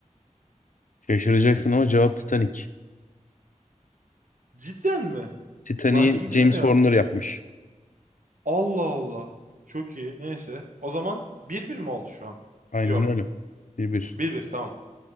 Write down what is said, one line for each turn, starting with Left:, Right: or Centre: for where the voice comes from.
Left: Şaşıracaksın ama cevap Titanic.
Right: Cidden mi?
Left: Titanic'i
Right: Lion King'de
Left: James
Right: de mi yapmış?
Left: Horner yapmış.
Right: Allah Allah. Çok iyi. Neyse. O zaman bir bir mi oldu şu an?
Left: Aynen
Right: Yok.
Left: öyle. Bir bir.
Right: bir bir tamam.